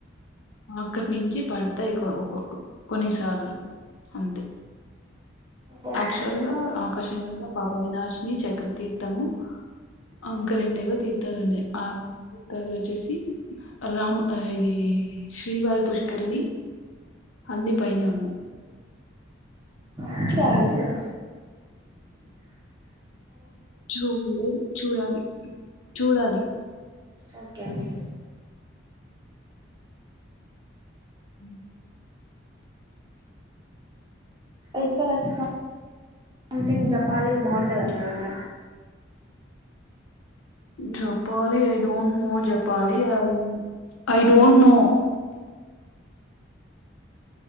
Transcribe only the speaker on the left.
అక్కడి నుంచి పడతాయి ఆ ఒ కొన్నిసార్లు అంతే
యాక్చువల్
గా
ఆకాశగంగా పాప వినాశిని చక్రతీర్థము ఇంకా రెండేవో తీర్థాలు ఉన్నాయి ఆ తీర్థాలు వచ్చేసి రామ్ ఆ ఇది శ్రీవారి పుష్కరిణి అన్ని పైనే ఉన్నాయి
చూలెదు చూడాలి చూడాలి
హ్మ్మ్
జప్పాలి ఐ డోంట్ నో జప్ పాలి I I don't know